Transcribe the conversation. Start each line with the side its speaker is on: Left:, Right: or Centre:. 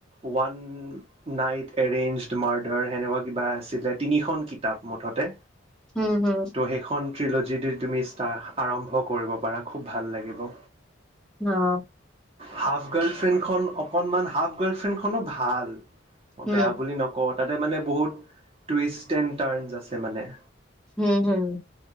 Right: ওৱান নাইট এৰেইঞ্জড মাৰ্ডাৰ সেনেকুৱা কিবা। বা আছিলে তিনিখন কিতাপ মুঠতে
Centre: হম, হম।
Right: ত' সেইখন ট্ৰিল'জি দি তুমি ষ্টা আৰম্ভ কৰিব পাৰা খুব ভাল লাগিব।
Centre: অ'
Right: হাফ গাৰ্ল ফ্ৰেণ্ডখন অকনমান হাফ গাৰ্লফ্ৰেণ্ডখনো ভাল।
Centre: উম
Right: বেয়া বুলি নকওঁ তাতে মানে বহুত টুইষ্ট এণ্ টাৰ্ণ আছে মানে।
Centre: হম, হম।